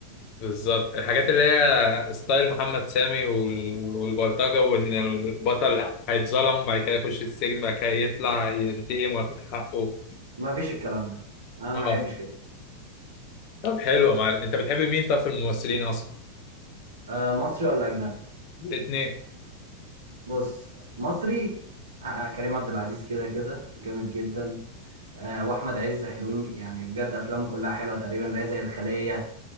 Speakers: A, on the left (about 40°); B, on the right (about 60°).
A: بالظبط الحاجات اللي هي ستايل محمد سامي وال- والبلطجه وان البطل هيتظلم بعد كده يخش السجن بعد كده يطلع ينتقم وياخد حقه
B: ما فيش الكلام ده انا
A: اه
B: ما احبش كده
A: طب حلو يا معلم انت بتحب مين طب في الممثلين اصلا
B: آه مصري ولا اجنبي
A: الاثنين
B: بص مصري آه آه، كريم عبد العزيز كده كده جامد جدا آه واحمد عز حلوين ج- يعني بجد افلامه كلها حلوه تقريبا لا زي الخليه